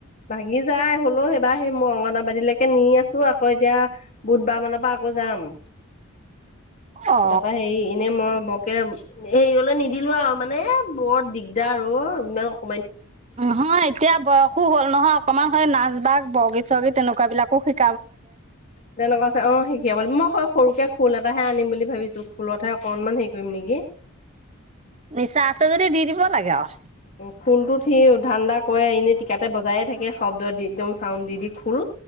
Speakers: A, on the left; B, on the right.
A: ভাঙি যায় হলেও সেইবাৰ সেই মই অংগনাবাদীলৈকে নি আছো। আকৌ এতিয়া বুধবাৰ মানৰ পৰা আকৌ যাম।
B: অ
A: তাৰপা হেৰি এনে মই ব তে হেৰিয়লৈ নিদিলো আৰু মানে বৰ দিগদাৰ আৰু ম
B: হয় এতিয়া বয়সো হ'ল নহয় অকনমান স নাচ বাগ বৰগীত চৰগীত তেনেকুৱা বিলাকো শিক
A: তেনেকুৱা আছে অ শিকিব মই সৰুকে খোল এটাহে আনিম বুলি ভাবিছো। ত খোলতহে অকণমান হেৰি কৰিম নেকি?
B: নিচা আছে যদি দি দিব লাগে আৰু
A: উ খোলটোত সি ধান্দা কৰে এনেই টিকাতে বজায়ে থাকে শব্দ দি একদম চাউণ্ড দি দি। খোল।